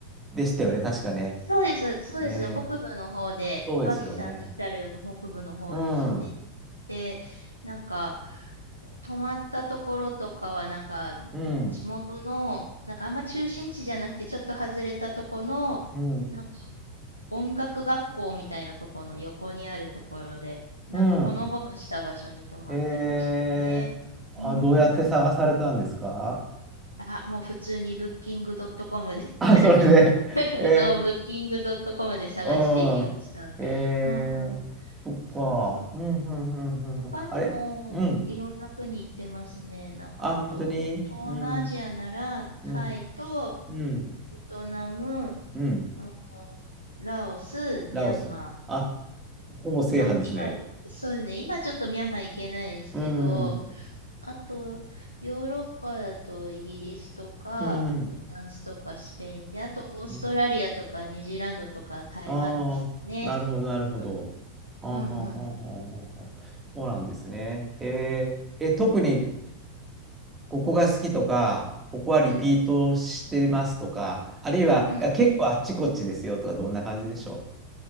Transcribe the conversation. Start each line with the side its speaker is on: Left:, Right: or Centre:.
Right: でしたよね、確かね。
Left: そうです、そうです。
Right: ねえ。
Left: 北部の方で、
Right: そうですよね。
Left: 脇さんおっしゃるように北部の方ですね。
Right: うん。う
Left: で、なんか、泊まったところとかは、なんか、
Right: ん。
Left: 地元の、なんかあんま中心地じゃなくて、ちょっと外れたとこの、
Right: うん。
Left: なんか音楽学校みたいなところの横にあるところで、なんかほのぼのした場所に泊まってましたね。
Right: うん。えー、あ、
Left: うんうん。
Right: どうやって探されたんですか
Left: あ、もう普通に Booking.com
Right: <laughs>
Left: で
Right: あ、
Left: <laughs>
Right: それで、え
Left: そう、ブッキングドットコムで探していきました。
Right: ー、うん、えー、
Left: うんうん。
Right: そっか、
Left: そうそう。
Right: うん、うん、うん、うん、
Left: 他にもいろんな国行ってますね。
Right: うんあれ、うん、
Left: なんかあと、
Right: あ、本当に、
Left: 東南アジアならタイと
Right: うん、うん、うん、
Left: ベトナム、
Right: うん、
Left: あの、ラオス、ミャンマ
Right: ラオス。あ、ほぼ制覇ですね。
Left: ー。今、今、そうですね。今ちょっとミャンマー行けないですけど、
Right: うん、うん、
Left: あと、ヨーロッパだとイギリスとか、
Right: うん、
Left: フランスとかスペインで、あとオーストラリアとかニュージーランドとか台湾ですかね。
Right: うん。ああ、なるほど、なるほど。
Left: うん
Right: あはんはんはんはんはん
Left: うんうん。
Right: そうなんですね。えー、え、特にここが好きとか、ここはリピートしてますとか、
Left: うん、
Right: あるいは、
Left: うん。
Right: いや、結構あっちこっちですよとか、どんな感じでしょ